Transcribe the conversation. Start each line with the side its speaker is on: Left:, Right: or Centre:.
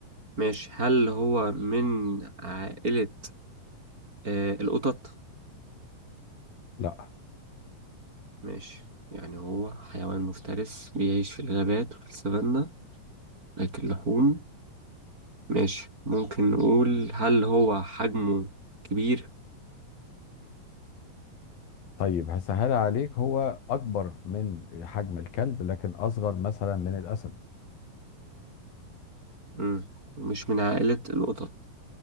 Right: ماشي هل هو من عائلة آه القطط
Left: لا
Right: ماشي يعني هو حيوان مفترس بيعيش في الغابات وفي السفانة بياكل لحوم ماشي ممكن نقول هل هو حجمه كبير
Left: طيب هسهل عليك هو أكبر من حجم الكلب لكن أصغر مثلا من الأسد
Right: مم. مش من عائلة القطط